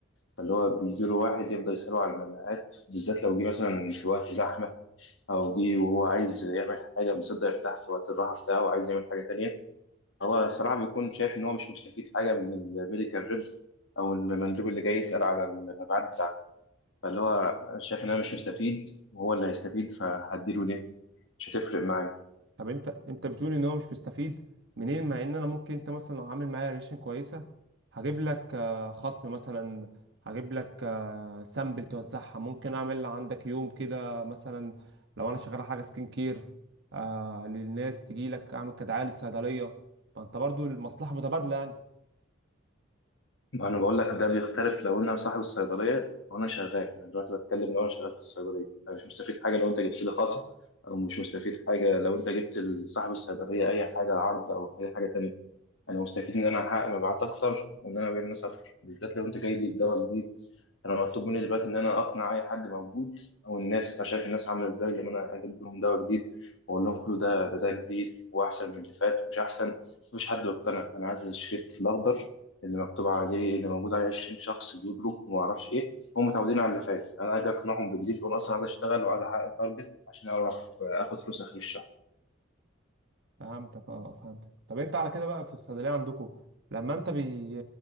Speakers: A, on the left; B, on the right.
A: فاللي هو بيجيله واحد يفضل يسأله على المبيعات بالذات لو جه مثلا في وقت زحمة أو جه وهو عايز يعمل حاجة مصدق يرتاح في وقت الراحة بتاعه وعايز يعمل حاجة تانية هو الصراحة بيكون شايف إن هو مش مستفيد حاجة من الميديكال ريب أو المندوب اللي جاي يسأل على المبيعات بتاعته فاللي هو شايف إن أنا مش مستفيد وهو اللي هيستفيد فهديله ليه؟ مش هتفرق معايا
B: طب انت انت بتقول ان هو مش مستفيد منين مع ان انا ممكن انت مثلا لو عامل معايا ريليشن كويسه هجيب لك آه، خصم مثلا هجيب لك سامبل توزعها ممكن اعمل عندك يوم كده مثلا لو انا شغال حاجه سكين كير آه للناس تجي لك اعمل كدعايه للصيدليه ما انت برضو المصلحه متبادله يعني
A: ما أنا بقول لك ده بيختلف لو أنا صاحب الصيدلية أو أنا شغال أنا دلوقتي بتكلم لو أنا شغال في الصيدلية أنا مش مستفيد حاجة لو أنت جبت لي خاصة أو مش مستفيد حاجة لو أنت جبت لصاحب الصيدلية أي حاجة عرض أو أي حاجة تانية انا مستفيد ان انا احقق مبيعات اكتر وان انا ابيع للناس اكتر بالذات لو انت جاي لي بدواء جديد انا مطلوب مني دلوقتي ان انا اقنع اي حد موجود او الناس انت شايف الناس عامله ازاي لما انا اجيب لهم دواء جديد واقول لهم كله ده ده ده جديد واحسن من اللي فات مش احسن مفيش حد يقتنع انا عايز الشريط الاخضر اللي مكتوب عليه اللي موجود عليه 20 شخص بيجروا وما اعرفش ايه هم متعودين على اللي فات انا اجي اقنعهم بجديد وانا اصلا عايز اشتغل وعايز احقق تارجت عشان اعرف آه، اخد فلوس اخر الشهر
B: فهمتك اه فهمتك طب انت على كده بقى في الصيدليه عندكم لما انت بي